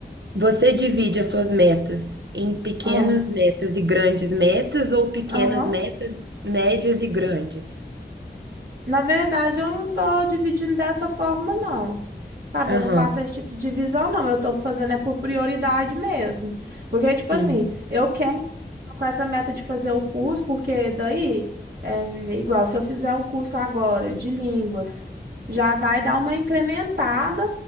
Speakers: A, on the right; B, on the right.
A: Você divide as suas metas em pequenas
B: Ah,
A: metas e grandes metas ou pequenas
B: Aham.
A: metas, médias e grandes?
B: Na verdade, eu não tô dividindo dessa forma, não. Sabe, eu
A: Aham,
B: não faço esse tipo de divisão, não. Eu tô fazendo é por prioridade mesmo. Porque, tipo
A: sim,
B: assim, eu quero, né, tô com essa meta de fazer o curso, porque daí, é igual, se eu fizer um curso agora de línguas, já vai dar uma incrementada,